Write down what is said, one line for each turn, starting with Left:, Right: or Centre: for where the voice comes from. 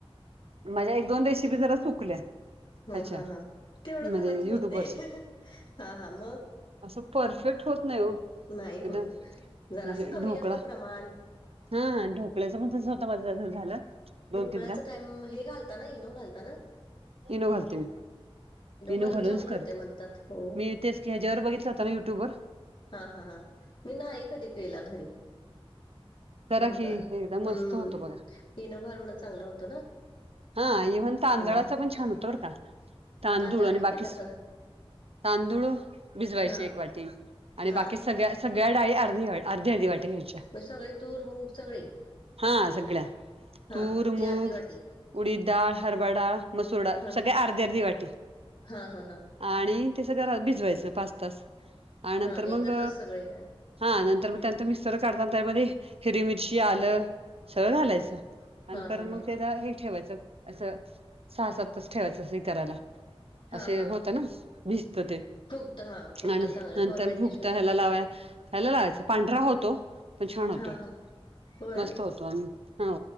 Right: माझ्या एक दोन रेसिपी जरा चुकल्या
Left: हो
Right: ह्याच्या
Left: हा हा तेवढं
Right: म्हणजे
Left: सारच
Right: युट्यूबवरच्या
Left: होते हा हा मग
Right: असं परफेक्ट होत नाही हो
Left: नाही
Right: एकदम
Left: होत जरा
Right: म्हणजे
Left: असं कमी
Right: ढोकळा
Left: जास्त प्रमाण
Right: हा ढोकळ्याच पण तसं होतं माझा झालं दोन
Left: ढोकळ्याचं
Right: तीनदा
Left: काय हे घालताना हिनो घालताना
Right: इनोवालु मी इनू
Left: घालून
Right: घालूनच
Left: चांगलं होते
Right: करते
Left: म्हणतात हो
Right: मी तेच की ह्याच्या्यावर बघितलं होता ना युट्यूब वर
Left: हा हा हा मी नाही कधी केला घरी
Right: करा
Left: ढोकळा
Right: की एकदम
Left: हम्म
Right: मस्त होतो बघा
Left: इनो घालुणं चांगलं होतं ना.
Right: हा इव्हन तांदळाचा
Left: हा
Right: पण छान होतो का तांदूळ
Left: तांदळाच्या
Right: आणि
Left: पिठाच
Right: बाकी. तांदूळ भिजवायचे
Left: हा
Right: एक वाटी आणि
Left: हा
Right: बाकी सगळ्या. सग्याडाई अर्ध अर् अधी वाटे घ्यायची.
Left: मग सगळी तूर मूग सगळी
Right: हा सगळ्या
Left: हा
Right: तूर
Left: ती
Right: मूग
Left: अर्धी वाटी
Right: उडीद डाळ हरवा डाळ मसूरडाळ
Left: हा
Right: सग्या अर्ध्या अर्धी वाटी
Left: हा हा हा.
Right: आणि ते सगळं भिजवायचं पाच तास आणि
Left: हा
Right: नंतर
Left: एकत्रच
Right: मग
Left: सगळे हा
Right: हा नंतर मग त्यानंतर मिक्सर काढत त्यामध्ये हिररी मिरची आलं सगळं घालायचं. आणि पर
Left: हा
Right: मग
Left: हा
Right: तेला हे ठेवायचं असं सहा सात तास ठेवायचं असं हे करायला
Left: हा
Right: असे
Left: हा
Right: होतं ना भजत ते
Left: फुगत हा फुगत
Right: आणि
Left: चांगलं
Right: नंतर
Left: फॉर्मेंटेशन
Right: भुकत
Left: चांगलं
Right: ह्याला
Left: होतं
Right: लावाय ह्यायला लावायच पांढरा होतो. पछाणोतो.
Left: हा हा होय
Right: मस्त होतो आम्ही हो